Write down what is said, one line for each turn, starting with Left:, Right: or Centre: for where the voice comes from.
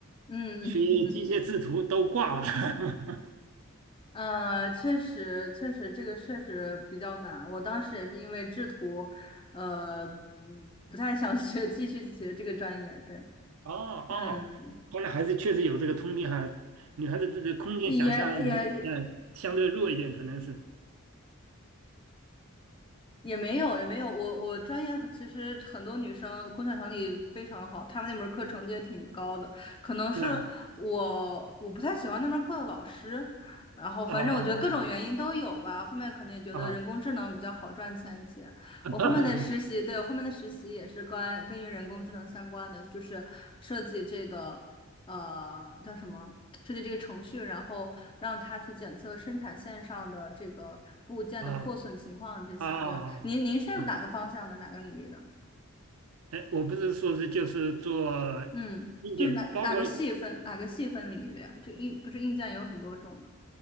Left: 嗯嗯
Right: 学机械制图都挂了。<laughs>
Left: 呃，确实，确实，这个确实比较难。我当时也是因为制图，呃，嗯，不太想学，继续学这个专业。对，
Right: 哦哦，
Left: 嗯，
Right: 后来还是确实有这个通病哈，女孩子这个空间想象能力呃相对弱一点，
Left: 也也也，
Right: 可能是
Left: 也没有，也没有。我我专业其实很多女生工作能力非常好，她们那门课成绩也挺高的。可能是我我不太喜欢那门课的老师，
Right: 是吧？
Left: 然后反正我觉得各种原因都有吧。
Right: 啊啊
Left: 后面可能也觉得人工智能比较好赚钱一些。
Right: 啊啊啊
Left: 我后面的实习，对，我后面的实习也是关跟于人工智能相关的，就是设计这个呃叫什么，设计这个程序，然后。让他去检测生产线上的这个部件的破损情况这些。
Right: 啊啊！啊！
Left: 对，
Right: 啊啊啊
Left: 您您是哪个方向的，哪个领域的？
Right: 哎，我不是说是就是做
Left: 嗯，
Right: 硬件，
Left: 就是哪哪个细分哪个细分领域的呀？
Right: 包括
Left: 就硬不是硬件有很多种吗？